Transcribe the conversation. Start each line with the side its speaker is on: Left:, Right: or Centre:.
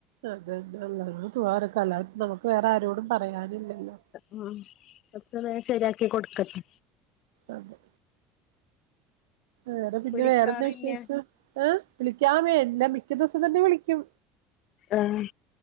Right: അതെന്നെ അല്ലാഹുവിനോട് ദുഹാർക്ക അല്ലാതെ നമുക്ക് വേറാരോടും പറയാനില്ലല്ലോ.
Left: ഉം ഒക്കെ വേം ശെരിയാക്കി കൊട്ക്കട്ടെ.
Right: അതെ വേറെ പിന്നെ
Left: വിളിക്കാറില്ല
Right: വേറെന്നാ വിശേഷം? ഏഹ് വിളിക്കാമേ എല്ലാ മിക്ക ദെസം തന്നെ വിളിക്കും.
Left: ആഹ്